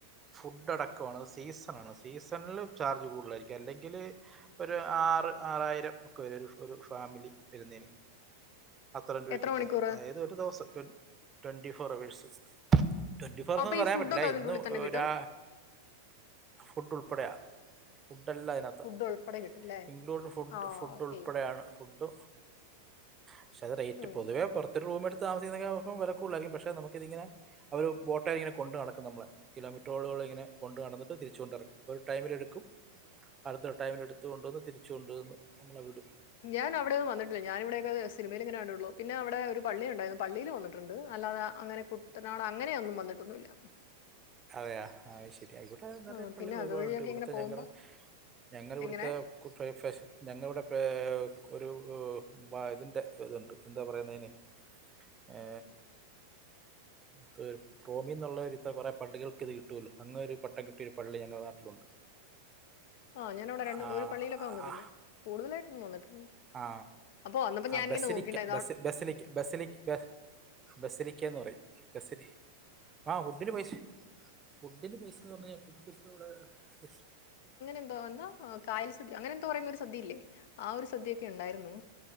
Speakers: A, on the right; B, on the left.
A: ഫുഡ് അടക്കം ആണ് സീസ് <unintelligible> സീസൺ ലൂ ചാർജ് കൂടുതൽ ആരിക്കും അല്ലെങ്കിൽ ഒരു ആറ് ആറായിരം ഒക്കെ വരും ഒരു ഫാമിലി വരുന്നേനു അത്രേം രൂപയ്ക്കൊക്കെ
B: എത്ര മണിക്കൂർ
A: കിട്ടും അതായത് ഒരു ദിവസം ട്വൻ്റിഫൗ ഫോർ ആവേഴ്സ് ട്വന്റി ഫോർന്ന്
B: അപ്പൊ ഈ
A: പറയാൻ
B: ഫുഡൊക്കെ
A: പറ്റില്ല
B: അതിന്റെ
A: ഇന്ന്
B: ഉള്ളിൽ തന്നെ കിട്ടും
A: ഒരാ ഫുഡ് ഉൾപ്പെടെയാ ഫുഡ് എല്ലാം അതിനാത്താ
B: ഫുഡ് ഉൾപ്പെടെ കിട്ടും അല്ലേ
A: ഇൻക്ലൂഡ് ഫുഡ്
B: ആ
A: ഫുഡ്
B: ഓക്കെ
A: ഉൾപ്പെടെയാണ് ഫുഡ് പക്ഷെ അത് റേറ്റ്
B: ഉം
A: പൊതുവേ പുറത്തൊരു റൂമെടുത്ത്- താമിസിക്കുന്ന ഒക്കെ ദിവസം വെലക്കൂടുതലായിരിക്കും പക്ഷേ- നമുക്കിതിങ്ങനെ അവര് ബോട്ടേല് ഇങ്ങനെ കൊണ്ട് നടക്കും നമ്മളെ. കിലോമീറ്ററുകളോളം ഇങ്ങനെ കൊണ്ട് നടന്നിട്ട് തിരിച്ചു കൊണ്ട് എറക്കും. ഒരു ടൈമിലെടുക്കും. അടുത്തൊരു ടൈമിലെടുത്തു കൊണ്ടുവന്ന് തിരിച്ചു കൊണ്ടുവന്ന് നമ്മളെ വിടും
B: ഞാൻ അവിടൊന്നും വന്നിട്ടില്ല ഞാൻ ഇവിടെക്കെത് സിനിമയിൽ ഇങ്ങന കണ്ടിട്ടുള്ളൂ. പിന്നെ അവിടെ ഒരു പള്ളി ഉണ്ടായിരുന്നു പള്ളിയില് വന്നിട്ടുണ്ട് അല്ലാതെ അങ്ങനെ കുട്ടനാട് അങ്ങനെയൊന്നും വന്നിട്ടൊന്നുല്ല
A: അതെയാ ആ ശരി ഇവിടെ നിറയെ
B: ആ,
A: പള്ളികള്
B: പിന്നെ അതുവഴിയൊക്കെ
A: ഒരുപാടുണ്ട് ഇവിടുത്തെ
B: ഇങ്ങനെ പോകുമ്പം
A: ഞങ്ങടെ ഞങ്ങടെ ഇവിടുത്തെ
B: എങ്ങനെ
A: <unintelligible> ഞങ്ങടെ ഇവിടെ പേ ഒരു ഇതിൻ്റെ ഇതുണ്ട് എന്താ പറയുന്ന അതിന് ഏ എന്തൊരു റോമിന്നുള്ള ഒരു എന്നുള്ള ഇതാ കൊറേ പള്ളികൾക്കിത് കിട്ടൂലോ. അങ്ങനെ ഒരു പട്ടം കിട്ടിയൊരു പള്ളി ഞങ്ങളുടെ നാട്ടിലുണ്ട്.
B: ആ ഞാനവിടെ രണ്ട്
A: ആ
B: ഒരു പള്ളിയിലൊക്കെ വന്നിട്ടുണ്ട്.
A: ആ
B: കൂടുതലായി ട്ട് വന്നിട്ടൊന്നൂല്ല.
A: ആ
B: അപ്പ വന്നപ്പോ
A: ആ
B: ഞാനിങ്ങനെ
A: ബസലിക്ക
B: നോക്കിയിട്ട്
A: ബസ് ബസലിക്ക ബസലിക്ക ബ ബസലിക്ക എന്ന് പറയും ബസലി ആ ഫുഡിന് പൈസ ഫുഡിന് പൈസ എന്ന് പറഞ്ഞാൽ ഫുഡ് ഇപ്പോൾ ഇവിടെ
B: എന്തോന്നാ. കായൽ സദ്യ അങ്ങനെ എന്തോ പറയുന്ന ഒരു സദ്യയില്ലേ ആ ഒരു സദ്യൊക്കെ ഉണ്ടായിരുന്നു